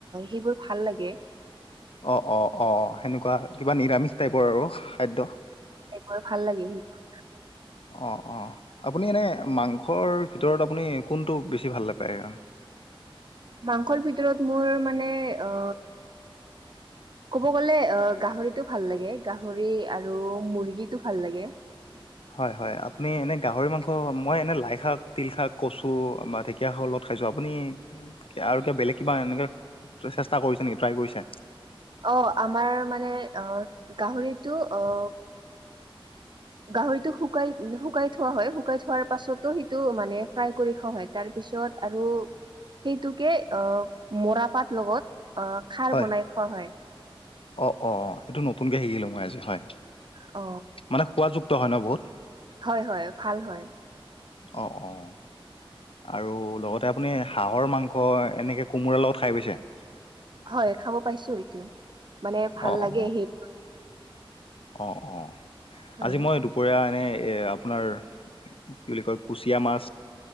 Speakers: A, on the right; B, on the left.
A: সেইবোৰ ভাল লাগে।
B: অ', অ', অ', অ', সেনেকুৱা কিবা নিৰামিষ টাইপৰ আৰু। খাদ্য
A: হয় ভাল লাগে সেইবোৰ।
B: অ', অ', আপুনি এনে মাংসৰ ভিতৰত আপুনি কোনটো বেছি ভাল নাপায় আৰু।
A: মাংসৰ ভিতৰত মোৰ মানে অ, ক'ব গলে আহ গাহৰিটো ভাল লাগে গাহৰি আৰু মুৰ্গীটো ভাল লাগে।
B: হয়-হয় আপুনি এনে গাহৰি মাংস মই এনে লাই শাক তিল শাক কচু বা ঢেঁকীয়া শাকৰ লগত খাইছোঁ আপুনি আৰু কিব বেলেগ কিবা এনেকৈ চেষ্টা কৰিছে নেকি ট্ৰাই কৰিছে।
A: অ, আমাৰ মানে আহ গাহৰিটো অ, গাহৰিতটো শুকাই - শুকাই থোৱা হয় শুকাই থোৱাৰ পাছতো সিটো মানে ফ্ৰাই কৰি খোৱা হয় তাৰ পিছ ত পিছত আৰু সেইটোকে অ, মৰা পাত লগত অ, খাৰ
B: হয়
A: বনাই খোৱা হয়।
B: অ', অ', এইটো নতুনকে শিকিলো মই আজি হয়
A: অ
B: মানে সোৱযুক্ত হয় ন বহুত।
A: হয় হয় ভাল হয়
B: অ', অ', আৰু লগতে আপুনি হাঁহৰ মাংস এনেকৈ কোমোৰাৰ লগত খাই পাইছে?
A: হয় খাব পাইছো, এইটো মানে ভাল
B: অ
A: লাগে
B: অ
A: সেই
B: অ', অ',
A: হয়
B: আজি মই দুপৰীয়া এনেই এই আপোনাৰ কি বুলি কয় কুচিয়া মাছ